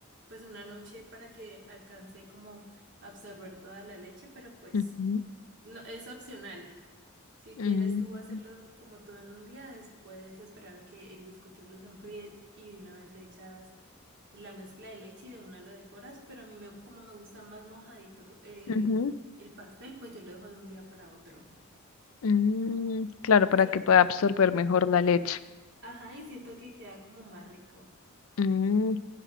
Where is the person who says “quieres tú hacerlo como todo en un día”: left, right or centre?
Right